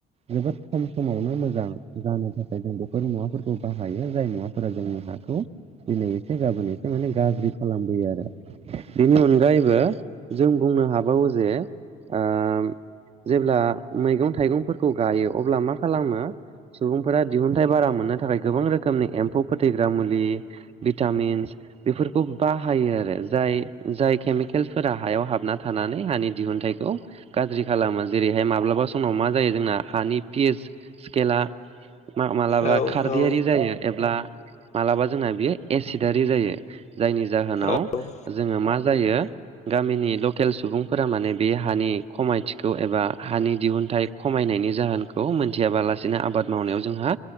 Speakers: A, on the right; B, on the left.
A: जोबोद खम समावनो मोजां जानो थाखाय जों बेफोर मुवाफोरखौ बाहायो जाय मुवाफोरा जोंनि हाखौ दिनै एसे गाबोन एसे माने गाज्रि खालामबोयो आरो बेनि अनगायैबो जों बुं बुंनो हाबावो जे ओ जेब्ला मैगं थाइगंफोरखौ गायो अब्ला मा खालामो सुबुंफोरा दिहुनथाइ बारा मोननो थाखाय गोबां रोखोम नि एम्फौ फोथैग्रा मुलि भिटामिन्स बेफोरखौ बाहायो आरो जाय जाय केमिकेलफोरा हायाव हाबना थानानै हानि दिहुनथाइखौ गाज्रि खालामो जेरैहाय माब्लाबा समाव मा जायो जोंना हानि पिस स्केला मालाबा
B: औ
A: खारदैयारि
B: औ
A: जायो <inaudible> मालाबा जोंना बियो एसिडारि जायो जायनि जाहोनाव
B: औ
A: जोङो मा जायो गामिनि लकेल सुबुंफोरा माने बे हानि खमायथिखौ एबा हानि दिहुनथाइ खमायनायनि जाहोनखौ मोनथियालानो आबाद मावनायाव जोंहा